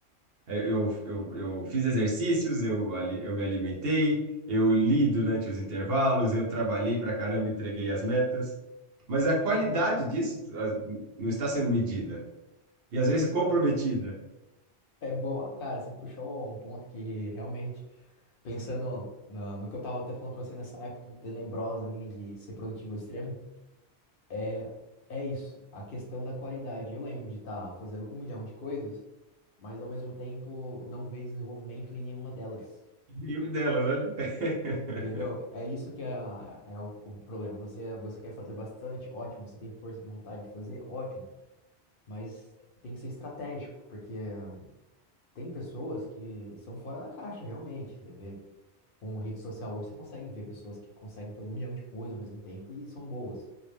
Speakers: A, on the right; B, on the left.
A: É, Eu, eu, eu fiz exercícios, eu, ali- eu me alimentei, eu li durante os intervalos, eu trabalhei pra caramba, entreguei as metas. Mas a qualidade disso ah, não está sendo medida. E às vezes comprometida.
B: É bom, cara, você puxou um ponto que realmente, pensando no, no que eu tava até falando pra você nessa época tenebrosa minha de ser produtivo ao extremo, É, é isso, a questão da qualidade. Eu lembro de estar fazendo um milhão de coisas, mas ao mesmo tempo não ver desenvolvimento em nenhuma delas.
A: E uma delas, olha. <laughs>
B: Entendeu? É isso que é, a- é o, o problema. Você, você quer fazer bastante, ótimo. Você tem força de vontade de fazer, ótimo. Mas tem que ser estratégico, porque eh, tem pessoas que são fora da caixa, realmente. Você vê, com rede social hoje, você consegue ver pessoas que conseguem fazer um milhão de coisas ao mesmo tempo e são boas.